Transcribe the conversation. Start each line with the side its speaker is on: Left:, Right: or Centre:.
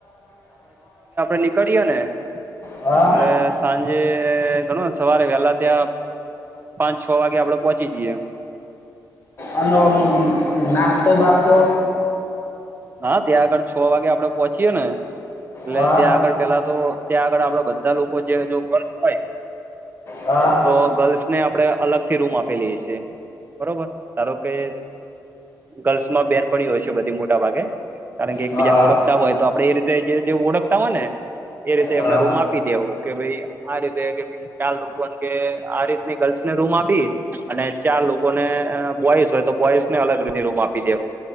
Right: નીકળીએ ને.
Left: હા.
Right: એટલે સાંજે ઘણો સવારે વહેલા ત્યાં પાંચ છ વાગે આપડે પહોંચી જઈએ.
Left: અને નાસ્તો બાસ્તો.
Right: હા ત્યાં આગળ છ વાગે આપડે પોહોંચીયે ને. એટલે
Left: હા
Right: ત્યાં આગળ પેલા તો ત્યાં આગળ આપડે બધા લોકો જે જો ગલ્સ હોય.
Left: હા
Right: તો ગર્લ્સને આપણે અલગથી રૂમ આપેલીઈએ છેીએ બરોબર ધારો કે. ગર્લ્સમાં બેનપણી હોય છે બધી મોટા ભાગે. કારણ કે એક
Left: હા
Right: બીજાને ઓળખતા હોય તો આપણેે એ રીતે જે ઓળખતા હોય ને એ રીતે
Left: હા
Right: એમના રૂમ આપ. આપી દેવું કે ભાઈ આ રીતે કે ભ ચાલું કે આ રીતની ગર્લ્સ ને રૂમ આપી. અને ચાર લોકોને બોઈસ હોય તો બોઈસને અલગ રીતે રૂમ આપી દેવું